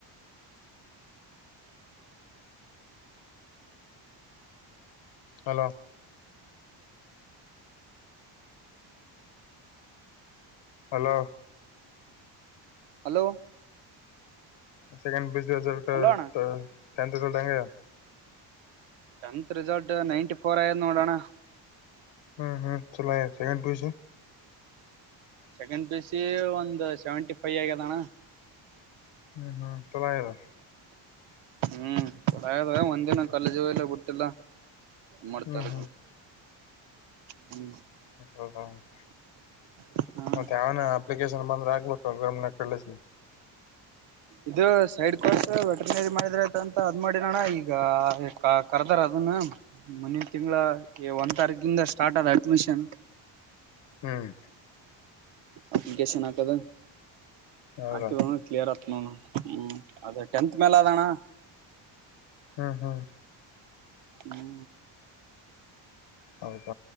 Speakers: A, on the left (about 65°); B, on the right (about 70°).
A: hello hello
B: hello
A: second PUC result
B: hello
A: ಮತ
B: ಅಣ್ಣ
A: ಟೆಂಟ್ ರಿಸಲ್ಟ್ ಇಂಗ ಅದ
B: ಟೆಂತ್ ರಿಸಲ್ಟ್ ನೈನ್ಟಿ ಫೋರ್ ಆಯ ನೋಡೂ ಅಣ್ಣ
A: ಹ್ಮ್ ಹ್ಮ್ ಚಲ ಆಯ್ತು ಸೆಕೆಂಡ್ ಪಿಯುಸಿ
B: ಸೆಕೆಂಡ್ ಪಿಯುಸಿ ಒಂದು್ ಸೆವೆಂಟಿ ಫೈವ್ ಆಗ್ಯದ ಅಣ್ಣ
A: ಹ್ಮ್ ಹ್ಮ್ ಚೆಲುಹಾಗಿದೆ
B: ಹ್ಮ್ ಒಂದಿನ ಕಾಲೇಜಲ್ಲ ಬಿಟ್ಟಿಲ್ಲ ಮಾಡ್ತಾರ
A: ಹ್ಮ್ ಹ್ಮ್
B: ಹ್ಮ್
A: <unintelligible>
B: ಹ್ಮ್
A: ಮತ್ತೆ ಯಾವನ ಅಪ್ಲಿಕೇಶನ್ ಬಂದ್ರ ಆಗ್ಬೇಕ ಗೌರ್ಮೆಂ ಕಾಲೇಜ್
B: ಇದು ಸೈಡ್ ಕೋಸ ವೆಟ್ರನರಿ ಮಾಡಿದ್ರಐತ ಅಂತ ಅದ್ ಮಾಡಡೋಣ್ಣ ಈಗ ಕರ್ದಾರದು ಮುನಿ ತಿಂಗಳ ಒಂದ್ ತಾರೀಕಿಂದ ಸ್ಟಾರ್ಟ್ ಆದದ ಅಡ್ಮಿಷನ್
A: ಹ್ಮ್
B: ಅಪ್ಲಿಕೇಶನ್ ಹಾಕದು
A: ಹೌದಾ
B: ಹಾಕಿದೋ ಕ್ಲಿಯರ್ ಆ ಹ್ಮ ಹ್ಮ ಅದೇ ಟೆಂತ್ ಮೇಲೆ ಅದಣ.
A: ಹ್ಮ್ ಹ್ಮ್
B: ಹ್ಮ್
A: ಹೌದ